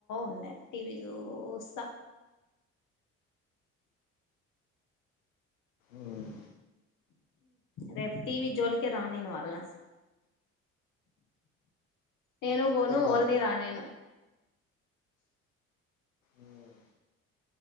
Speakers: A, on the left (about 50°); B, on the left (about 80°).
A: ఉన్నారు టీవీ చూస్తా
B: ఉమ్,
A: రేపు టీవీ జోలికే రానివ్వను వాళ్ళని అసలు నేను పోను
B: చూద్దాం
A: ఓలినీ రానిను
B: ఉమ్,